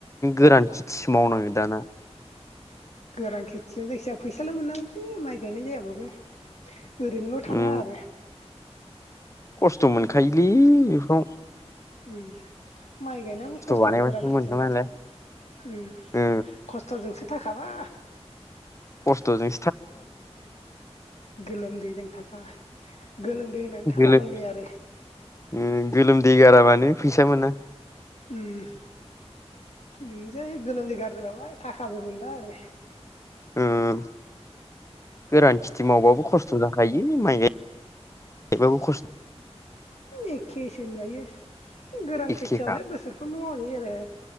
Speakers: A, on the left; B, on the left.
A: गोरान खेथिसो मावनाङो दाना
B: गोरान खेथिया जायखिजाया फैसाल' मोननांगौलै माइ गायनाय जायाबाबो ओरैनोल' थानाङा
A: उम
B: आरो
A: खस्थ' मोनखायोलै बेफोराव
B: उम माइ गायनायाबो खस्थ'
A: बानायबासो
B: गोरान खेथियाबो
A: मोनगोन
B: खस्थ'
A: नालाय
B: उम
A: ओ
B: खस्थ'जोंसो थाखाबा
A: खस्थ जों
B: गोलोमदैजों थाखा गोलोमदै होनानै थाखाबाय
A: गोलोम
B: नै आरो
A: गोलोमदै गाराबानो फैसा मोना
B: उम नों जे जोनोमनि गारदों लाबाय थाखाबो मोनला आरो
A: उम गोरान खेथि मावबाबो खस्थ' जाखायो। माइ गाय गायबाबो खस्थ' <unintelligible>
B: एखेस होनजायो गोरान
A: एखेखा
B: खेथियावलाय बोसोरफ्रोमबो मावजायो आरो